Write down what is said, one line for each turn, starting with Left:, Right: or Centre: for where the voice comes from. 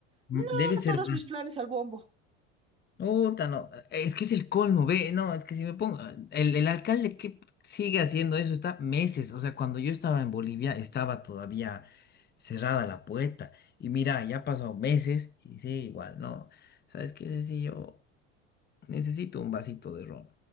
Left: M-
Right: No,
Left: Debe ser
Right: todos
Left: más.
Right: mis planes al bombo.
Left: Puta, no. Es que es el colmo, ve. No, es que si me pongo. ah, El, el alcalde que sigue haciendo eso está meses. O sea, cuando yo estaba en Bolivia, estaba todavía cerrada la puerta. Y mira, ya ha pasado meses y sigue igual, ¿no? ¿Sabes qué, Ceci? Yo necesito un vasito de ron.